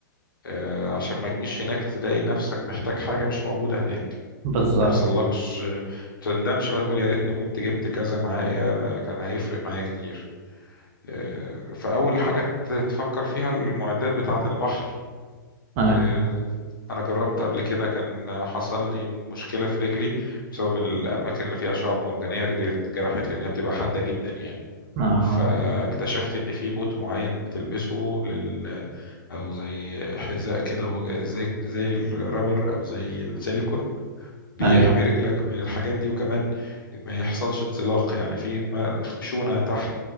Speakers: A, on the left; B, on the right.
A: آه، عشان ما تجيش هناك تلاقي نفسك محتاج حاجه مش موجوده هناك
B: بالضبط
A: ما يحصلكش ما تندمش بقى تقول يا ريتني كنت جبت كذا معايا ده كان هيفرق معايا كتير آه، فأول حاجة تفكر فيها المعدات بتاعة البحر
B: آه.
A: آه، أنا جربت قبل كده كان حصل لي مشكلة في رجلي بسبب الأماكن اللي فيها شعب مرجانية رجلي اتجرحت لأنها بتبقى حادة جدا يعني
B: آه.
A: فاكتشفت إن في بوت معين بتلبسه لل أو زي حذاء كده وج- زي زي الرابر أو زي السيليكون بيحمي
B: ايوه
A: رجلك من الحاجات دي وكمان ما يحصلش انزلاق يعني في ما- خشونة تحت